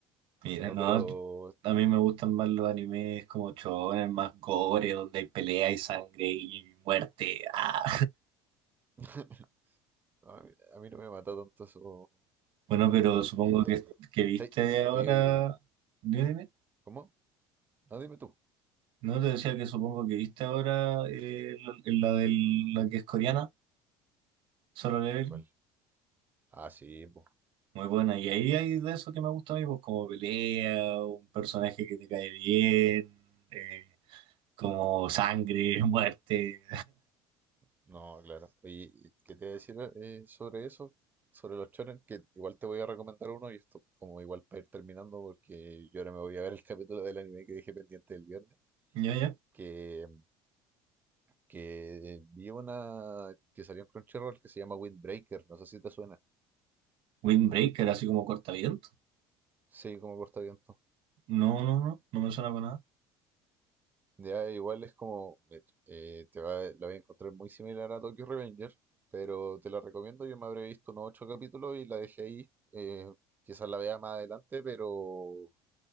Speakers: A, on the right (about 55°); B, on the right (about 20°).
A: Mira,
B: No,
A: no,
B: pero
A: a mí me gustan más los animes como shonen, más gore, donde hay pelea y sangre y muerte. ¡Ah!
B: <laughs> no, a mí, a mí no me mata tanto eso.
A: Bueno, pero
B: Porque
A: supongo
B: el-
A: que, que viste
B: sí,
A: ahora...
B: oye, oye,
A: Dime, dime.
B: ¿cómo? No, dime tú.
A: No, te decía que supongo que viste ahora eh, la, la del- la que es coreana, Solo Level.
B: ¿Cuál? Ah, sí, pues.
A: Muy buena. Y ahí hay de eso que me gusta a mí, pues como pelea, un personaje que te cae bien, eh, como sangre, <laughs> muerte.
B: No, claro. Oye, y ¿qué te voy a decir eh, sobre eso? Sobre los shonen, que igual te voy a recomendar uno y esto como igual para ir terminando porque yo ahora me voy a ver el <laughs> capítulo del anime que dejé pendiente el viernes,
A: Ya, ya.
B: que, que vi una que salió en Crunchyroll que se llama Windbreaker, no sé si te suena.
A: Windbreaker, así como cortavientos.
B: Sí, como cortaviento.
A: No, no, no, no me suena para nada.
B: Ya igual es como, mira, eh, te va, la voy a encontrar muy similar a Tokyo Revenger, pero te la recomiendo, yo me habré visto unos ocho capítulos y la dejé ahí. eh, quizás la vea más adelante, pero